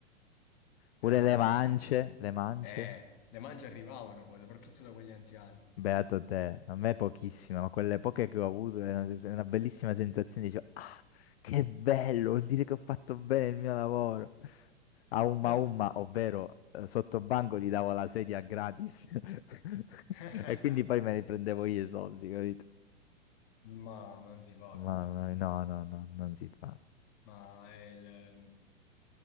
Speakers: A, on the left; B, on the left.
A: Eh,
B: Pure
A: vabbè,
B: le mance,
A: però.
B: le mance.
A: Eh, le mance arrivavano poi, soprattutto da quegli anziani.
B: Beato te, a me pochissime, ma quelle poche che ho avuto è una, è una bellissima sensazione, dicevo, ah, che bello, vuol dire che ho fatto bene il mio lavoro. A umma
A: Ma,
B: umma, ovvero eh, sotto banco gli davo la sedia gratis <laughs>
A: <laughs>
B: e quindi poi me ne prendevo io i soldi, capito?
A: ma non si fa
B: Mamma
A: così, però.
B: mia, no, no, no, non si fa.
A: Ma è il, ehm,